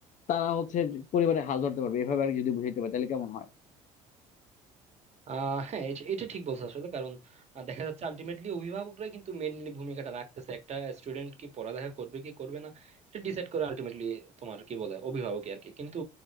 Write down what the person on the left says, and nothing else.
তারা হচ্ছে পরিবারে হাল ধরতে পারবে এভাবে আর কি যদি বুঝাইতে পারে তাহলে কেমন হয়